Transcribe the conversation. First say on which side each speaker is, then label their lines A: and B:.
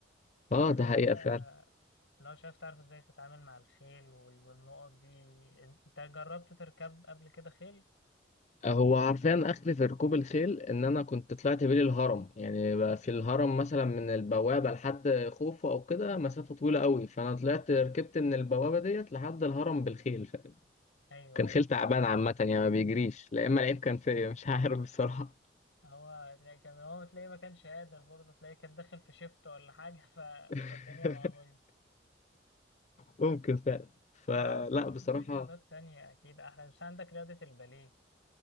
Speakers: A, on the left; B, on the left.
A: بس
B: اه آه،
A: لازم
B: ده حقيقة
A: بقى
B: فعلا
A: لو شايف تعرف إزاي تتعامل مع الخيل وال- والنقط دي أنت جربت تركب قبل كده خيل؟
B: هو عارفين اخلي في ركوب الخيل ان انا كنت طلعت بيه الهرم يعني بقى في الهرم مثلا من البوابه لحد خوفو او كده مسافه طويله قوي فانا طلعت ركبت من البوابه ديت لحد الهرم بالخيل ف...
A: أيوه
B: كان
A: أيوه
B: خيل تعبان عامه يعني ما بيجريش لا اما العيب كان فيا مش عارف بصراحه
A: هو تلاقي كان هو تلاقيه ما كانش قادر برضه تلاقيه كان داخل في شيفت ولا حاجة ف...
B: <laughs>
A: فالدنيا معاه بايظة
B: ممكن فعلا فلا
A: فهو في
B: بصراحه
A: في رياضات تانية أكيد أحلى مش عندك رياضة الباليه